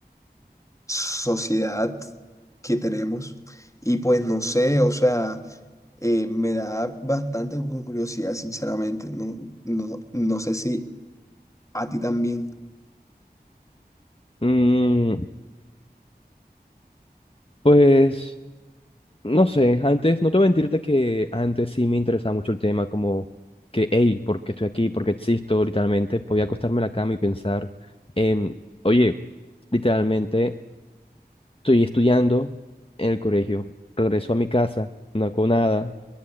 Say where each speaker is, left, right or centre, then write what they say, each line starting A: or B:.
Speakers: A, on the left; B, on the left.
A: sociedad que tenemos. Y pues no sé, o sea, eh, me da bastante cu- curiosidad, sinceramente. No, no, no sé si a ti también.
B: Mm, pues... No sé, antes, no te voy a mentirte que antes sí me interesaba mucho el tema, como que, hey, ¿por qué estoy aquí? ¿Por qué existo? Literalmente, podía acostarme en la cama y pensar en, oye, literalmente, estoy estudiando en el colegio, regreso a mi casa, no hago nada,